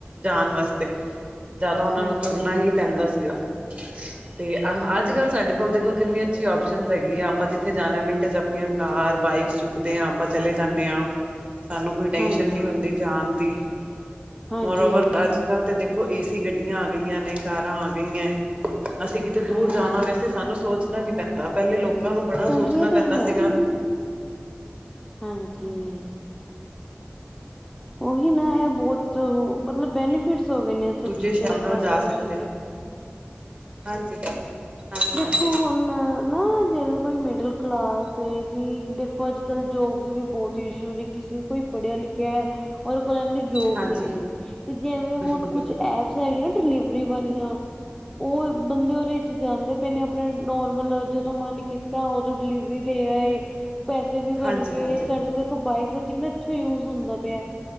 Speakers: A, on the right; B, in the centre.
A: ਜਾਣ ਵਾਸਤੇ ਜ਼ਿਆਦਾ ਉਹਨਾਂ
B: ਹਾਂਜੀ
A: ਨੂੰ ਤੁਰਨਾ ਹੀ ਪੈਂਦਾ ਸੀਗਾ, ਤੇ ਆਹ ਅੱਜਕੱਲ੍ਹ
B: ਹਾਂਜੀ
A: ਸਾਡੇ ਹੁਣ ਦੇਖੋ ਕਿੰਨੀਆਂ ਵਧੀਆ ਓਪਸ਼ਨਾਂ ਹਨ। ਅਸੀਂ ਜਿੱਥੇ ਵੀ ਜਾਣਾ ਹੋਵੇ, ਮਿੰਟਾਂ ਵਿੱਚ ਆਪਣੀਆਂ ਕਾਰਾਂ ਜਾਂ ਬਾਈਕਾਂ ਤੇ ਆਪਾਂ ਚਲੇ ਜਾਂਦੇ ਹਾਂ, ਸਾਨੂੰ ਕੋਈ ਟੈਨਸ਼ਨ
B: ਹਾਂਜੀ
A: ਨਹੀਂ ਹੁੰਦੀ ਜਾਣ ਦੀ
B: ਹਾਂਜੀ
A: ਬਰੋਬਰ
B: ਹਾਂਜੀ
A: ਅੱਜ-ਕਲ ਦੇ ਦਿਨ ਦਖੋ ਏਸੀ ਗੱਡੀਆਂ ਆ ਗਈਆਂ ਨੇ, ਕਾਰਾਂ ਆ ਗਈਆਂ, ਅਸੀਂ ਕਿਤੇ ਦੂਰ
B: ਹਾਂਜੀ
A: ਜਾਣਾ ਵੇ ਸਾਨੂੰ ਸੋਚਣਾ ਨੀ ਪੈਂਦਾ ਪਹਿਲੇ ਲੋਕਾਂ ਨੂੰ ਬੜਾ
B: ਹਾਂਜੀ
A: ਸੋਚਣਾ
B: ਇਹ ਤੇ
A: ਪੈਂਦਾ
B: ਹੈ
A: ਸੀਗਾ
B: ਹਾਂਜੀ- ਉਹੀ ਨਾ ਇਹ ਬਹੁਤ ਮਤਲਬ ਬੈਨੀਫਿਟਸ ਹੋ ਗਏ ਨੇ ਸਭ
A: ਦੂਜੇ
B: ਚੀਜ਼ਾਂ
A: ਸ਼ਾਮ
B: ਦੇ ਟਰਾਂਸਪੋਰਟੇਸ਼ਣ
A: ਨਾਲ ਜਾ ਸਕਦੇ ਹਾਂ
B: ਦੇ-
A: ਹਾਂਜੀ, ਹਾਂਜੀ-ਹਾਂਜੀ
B: ਦੇਖੋ ਹੁਣ ਨਾ ਜਿਵੇਂ ਕੋਈ ਮਿਡਲ ਕਲਾਸ ਕਿ ਦੇਖੋ ਅੱਜ-ਕੱਲ੍ਹ ਜੋਬ ਦੇ ਵੀ ਬਹੁਤ ਇਸ਼ੂ ਨੇ ਕਿਸੇ ਕੋਈ- ਪੜਿਆ-ਲਿਖਿਆ ਉਹਦੇ ਕੋਲ ਐਨੀ- ਜੋਬ
A: ਹਾਂਜੀ
B: ਨਹੀਂ ਹੈ ਤੇ ਜਿਵੇਂ
A: ਬਿਲਕੁਲ
B: ਹੁਣ
A: ਬਿਲਕੁਲ
B: ਕੁਛ ਐਪਸ ਹੈਗੀਆਂ ਨਾ ਡਿਲੀਵਰੀ ਵਾਲੀਆਂ ਉਹ ਬੰਦੇ ਉਹਦੇ ਚ ਜਾਂਦੇ ਪਏ ਨੇ ਆਪਣਾ ਨੋਰਮਲ ਜਦੋਂ ਮਨ ਕੀਤਾ ਜ ਡਿਲੀਵਰੀ ਦੇ ਆਏ- ਪੈਸੇ ਵੀ ਬਣ
A: ਹਾਂਜੀ
B: ਗੇ
A: ਹਾਂਜੀ
B: ਸਾਡੇ ਦੇਖੋ ਬਾਈਕ ਦਾ ਕਿੰਨਾ ਅੱਛਾ ਯੂਜ ਹੁੰਦਾ ਪਿਆ